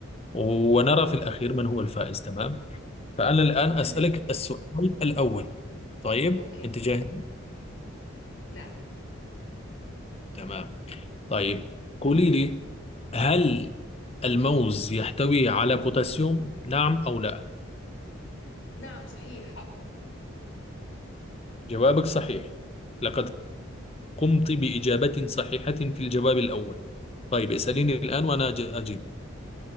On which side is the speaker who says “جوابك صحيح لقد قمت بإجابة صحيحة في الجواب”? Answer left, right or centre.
Left